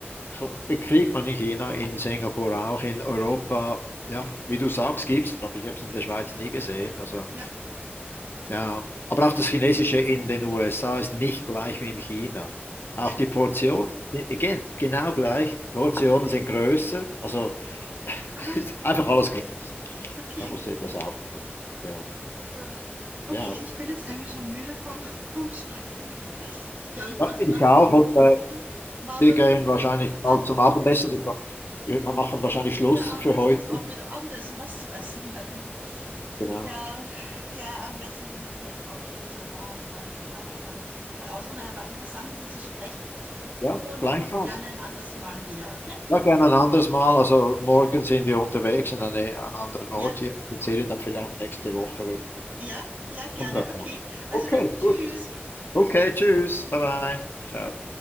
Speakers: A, on the left; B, on the right.
A: ko kriegt man in China, in Singapur auch, in Europa. Ja, wie du sagst, gibt's, aber ich habe es in der Schweiz nie gesehen, also
B: Ja,
A: ja. Aber auch das Chinesische in den USA ist nicht gleich wie in China. Auch
B: ja.
A: die Portionen, again, genau gleich. Portionen sind größer, also
B: Aha,
A: <laughs> ist einfach alles größer.
B: okay,
A: Da musst du etwas aufpassen. Ja,
B: gut. Okay,
A: ja.
B: ich bin jetzt irgendwie schon müde vom, <laughs> vom Sprechen und ich glaube, ich
A: Ja,
B: mache
A: ich
B: nachher.
A: auch
B: einen
A: und, äh,
B: War
A: wir
B: aber
A: gehen wahrscheinlich
B: sehr interessant.
A: bald zum Abendessen. Wir machen wahrscheinlich Schluss
B: Der Abendessen
A: für heute.
B: ist auch wieder Abendessen, was zu essen. Ja, genau.
A: Genau.
B: Ja, ja, ähm, das hm, kann ich auch später mal und einfach mal, mal ausruhen. Aber war interessant, mit dir zu sprechen
A: Ja,
B: und,
A: gleichfalls.
B: äh, gerne ein anderes Mal wieder, okay?
A: Ja, gerne ein anderes Mal. Also morgen sind wir unterwegs in eine, einen anderen Ort
B: Ja,
A: hier. Wir sehen dann vielleicht nächste Woche. Wir
B: ja, ja, gerne.
A: kommen drauf
B: Okay.
A: an.
B: Also
A: Okay,
B: dann tschüss.
A: gut. Okay, tschüss. Bye bye. Ciao.